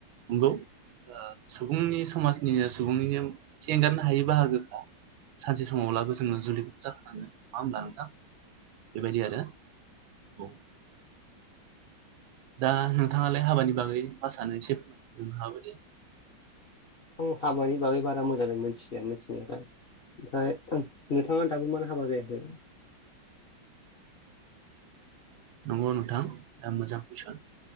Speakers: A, on the right; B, on the left.
A: नंगौ, ओ सुबुंनि समाजनिनो सुबुंनिनो मोनसे एंगारनो हायै बाहागोखा। सानसे समावब्लाबो जोंङो जुलिखौ जाखांनांगोन नंङा होनब्ला नोंथां? बेबायदि आरो। औ दा नोंथांङालाय हाबानि बागै मा सानो एसे फोरमायथिनो हाबाय दि <inaudible>
B: आं हाबानि बागै बारा मोजांङै मिथिया मिथिनायाल, ओमफ्राय ओ नोंथांङा दाबो मानो हाबा जायाखै?
A: नंगौ नोंथां दा मोजां कुइसन,